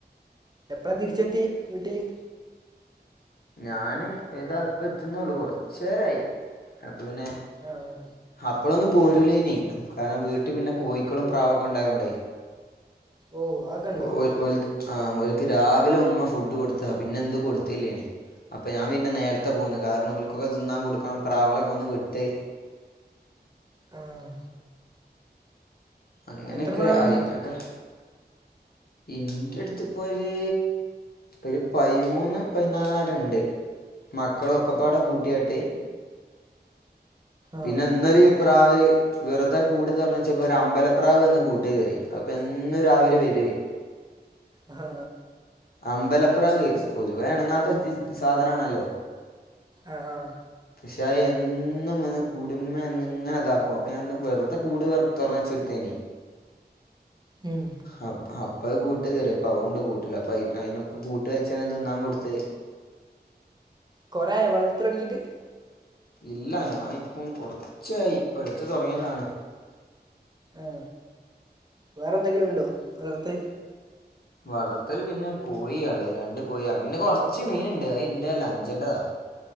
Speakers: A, on the right; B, on the left.
A: എപ്പളാ തിരിച്ചെത്തിയെ വീട്ടില്
B: ഞാന് ഇതാ ഇപ്പൊ എത്തുന്നൊള്ളു കുറച്ചു നേരം ആയി പ്പ പിന്നെ
A: ആഹ്
B: അപ്പളും പോരുലേനേ കാരണം വീട്ടിൽ പിന്നെ കോയികളും പ്രാവൊക്കെ ഉണ്ടായൊണ്ടെ
A: ഓ അതൊക്കെണ്ടോ
B: ഓല് ഓല്ക്ക് ആഹ് ഓല്ക് രാവിലെ ഉമ്മ ഫുഡ്‌ കൊടുത്തതാ പിന്നെ ഇന്ന് കൊടുത്തില്ലെയ്നി അപ്പൊ പിന്നെ ഞാൻ നേരത്തെ പോന്ന് കാരണം ഓല്ക് ഒക്കെ തിന്നാൻ കൊടുക്കണം പ്രാവ്ളൊക്കെ ഒന്ന് വിട്ട്
A: ആഹ്
B: അങ്ങനെ
A: എത്ര
B: ഒക്കെ
A: പ്രാവുണ്ട്
B: ആയി ഇങ്ങ ഇന്റെ അടുത്ത് ഇപ്പോ ഒരു ഒരു പയിമൂന്ന് പയിനാലെണ്ണം ഉണ്ട് മക്കളൊക്കെപ്പാടെ
A: ആഹ്
B: കൂട്ടിയാട്ട്
A: ആഹ്
B: പിന്നെ ഇന്നൊരി <unintelligible> പ്രാവ് വെറുതെ കൂട് തുറന്ന് വെച്ചപ്പോ ഒരു അമ്പലപ്രാവ് വന്ന് കൂട്ട് കയറി അപ്പൊ എന്നു രാവിലെ വരുയ്
A: ആഹ്
B: അമ്പലപ്രവ് പൊതുവേ എണങ്ങ ത്ത <unintelligible> സാധനാണല്ലോ
A: ആ ആ
B: പക്ഷേ അത് എന്നും വന്ന് കൂടിൻമേന്നിങ്ങനെ ഇതാക്കും അപ്പൊ ഞാനിന്ന് വെർതെ കൂട് വെർ തൊർന്നച്ച്ട്ത്തേനി
A: ഉം
B: ഹപ്പ അ പ്പ അത് കൂട്ട് കേറിപ്പ അതുണ്ട് കൂട്ടില് അപ്പ അയ് അയ്നൊക്കെ കൂട്ട് വെച്ചെന്നെ തിന്നാൻ കൊട്ത്ത്
A: കൊറേയായോ വളർത്തല് തൊടങ്ങീട്ട്
B: ഇല്ല ഞായിപ്പം കൊർച്ചായി പ്പട്ത്ത് തൊട്ങ്ങിയതാണ്
A: ഏ വേറെന്തെങ്കിലുണ്ടോ ങ്ങളട്ത്ത്
B: വളർത്തല് പിന്നെ കോഴിയാള്ളെ രണ്ട് കോഴിയാ പിന്നെ കൊർച്ച് മീണ്ട് അതിന്റല്ല അഞ്ചന്റതാ